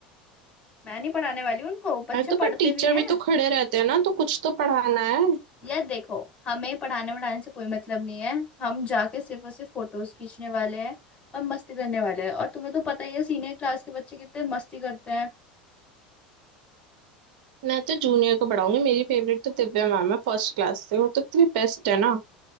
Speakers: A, on the left; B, on the right.
A: मैं नहीं पढ़ाने वाली हूँ उनको बच्चे
B: अरे तो पर
A: पढ़ते
B: टीचर
A: भी हैं
B: भी तो खड़े रहते हैं ना तो कुछ तो पढ़ाना है
A: यार देखो हमें पढ़ाने वढ़ाने से कोई मतलब नहीं है हम जाके सिर्फ और सिर्फ फोटोज खींचने वाले हैं और मस्ती करने वाले हैं और तुम्हें तो पता ही है सीनियर क्लास के बच्चे कितने मस्ती करते हैं
B: मैं तो जूनियर को पढ़ाऊंगी मेरी फेवरेट तो दिव्या मैम है फर्स्ट क्लास से वो तो इतनी बेस्ट है ना